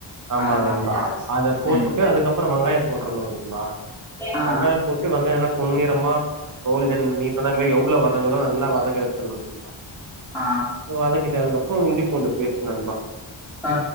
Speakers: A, on the right; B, in the centre.
A: ஆமா
B: அத மறந்துட்டே
A: அதுதா அத போட்டுட்டு
B: ம்
A: அதுக்கப்பறம் வெங்காயம் போட்டுறணும் நண்பா
B: ஆ
A: வெங்காயம் போட் டு வெங்காயம் நல்லா பொன்னிரமா கோல்டன் நீ சொன்ன மேறி எவ்ளோ வதங்குதோ நல்லா வதக்க வச்சிறனும் நண்பா
B: ஆ
A: வதக்கிட்டு அதுக்கப்புறம் இஞ்சி பூண்டு பேஸ்ட்டு நண்பா
B: ஆ